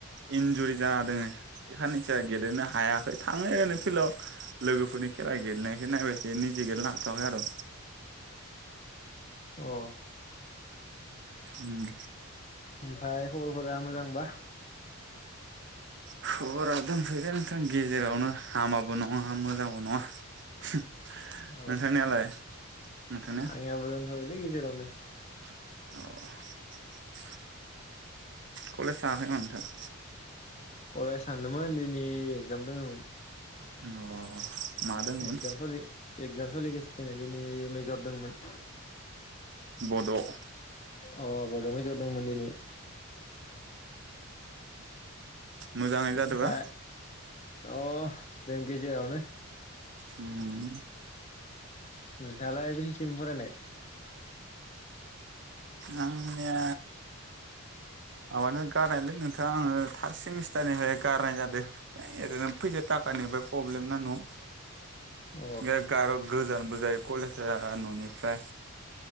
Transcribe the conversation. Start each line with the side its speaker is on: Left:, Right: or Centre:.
Right: इन्जुरि जाना दोङो बे खाननैसोआ गेलेनो हायाखै थाङो ओरै फिल्डआव लोगोफोरनि खेला गेलेनायखौ नायबाय थायो निजे गेलेनो हाथ'वाखै आर'।
Left: अ
Right: उम
Left: ओमफाय खबरफोरा मोजांबा?
Right: खबरा दंथ'योदे नोंथां गेजेरावनो हामाबो नङा मोजांबो नङा। नोंथांनियालाय?
Left: अ
Right: नोंथांनिया
Left: आंनियाबो दंथ'योलै गेजेरावनो।
Right: औ कलेस थाङाखै नामा नोंथाङा?
Left: कलेज थांदोंमोन दिनै एगजाम दङोमोन।
Right: अ मा दंमोन
Left: एगजामफारि एकजाम सोलिगासिनो दोङो। दिनै मेजर दोंमोन।
Right: बद'
Left: अ बद'मेजर दंमोन दिनै।
Right: मोजाङै
Left: ओमफाय
Right: जादोबा?
Left: अ दों गेजेरावनो।
Right: उम
Left: नोंथाङालाय बेसेसिम फरायनाय?
Right: आंनिया माबानो गारनायलै नोंथां आङो थार सेमिस्टारनिफ्राय गारनाय जादों ओइ माहाय ओरैनो फैसा थाखानिफ्राय प्रब्लेम ना न'आव।
Left: अ
Right: ए गार गोजानबो जायो कलेज जा न'निफ्राय